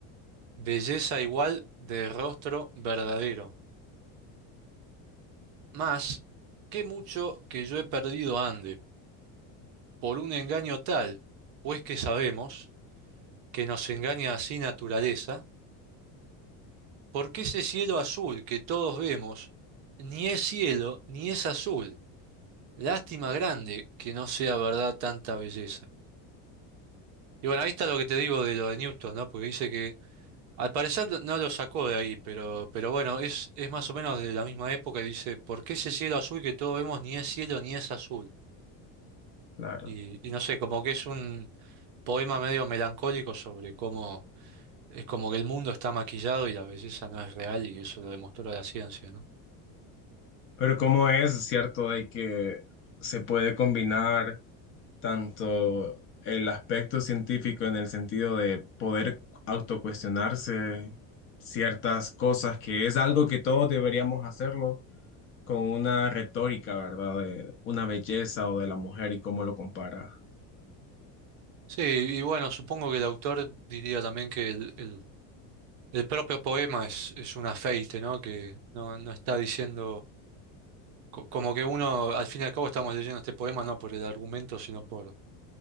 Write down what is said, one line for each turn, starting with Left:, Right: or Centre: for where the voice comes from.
Right: belleza igual de rostro verdadero. Mas, qué mucho que yo he perdido ande, por un engaño tal, pues que sabemos, que nos engaña así naturaleza, porque ese cielo azul que todos vemos, ni es cielo, ni es azul, Lástima grande que no sea verdad tanta belleza. Y bueno, ahí está lo que te digo de lo de Newton, ¿no? Porque dice que al parecer no lo sacó de ahí, pero, pero bueno, es, es más o menos de la misma época y dice, ¿por qué ese cielo azul que todos vemos ni es cielo ni es azul?
Left: claro.
Right: Y, y no sé, como que es un poema medio melancólico sobre cómo es como que el mundo está maquillado y la belleza no es real y eso lo demostró la ciencia, ¿no?
Left: Pero ¿cómo es cierto de que se puede combinar tanto el aspecto científico en el sentido de poder autocuestionarse ciertas cosas, que es algo que todos deberíamos hacerlo? con una retórica, ¿verdad? De una belleza o de la mujer y cómo lo compara.
Right: Sí, y bueno, supongo que el autor diría también que el, el- El propio poema es, es un afeite, ¿no? Que no, no está diciendo, co- como que uno, al fin y al cabo estamos leyendo este poema no por el argumento, sino por